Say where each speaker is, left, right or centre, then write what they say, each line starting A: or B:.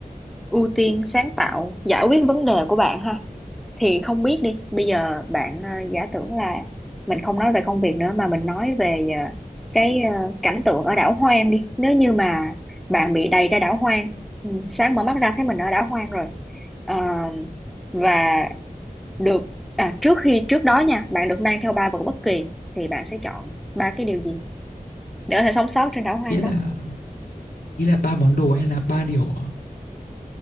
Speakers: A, in the centre; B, on the left.
A: ưu tiên sáng tạo giải quyết vấn đề của bạn ha thì không biết đi bây giờ bạn ờ, giả tưởng là mình không nói về công việc nữa mà mình nói về ờ, cái ờ, cảnh tượng ở đảo hoang đi nếu như mà bạn bị đày ra đảo hoang ừ, sáng mở mắt ra thấy mình ở đảo hoang rồi Ờ, và được à, trước khi trước đó nha bạn được mang theo ba vật bất kỳ thì bạn sẽ chọn ba cái điều gì để có thể sống sót trên đảo hoang
B: Ý là
A: đó
B: ý là 3 món đồ hay là 3 điều ạ?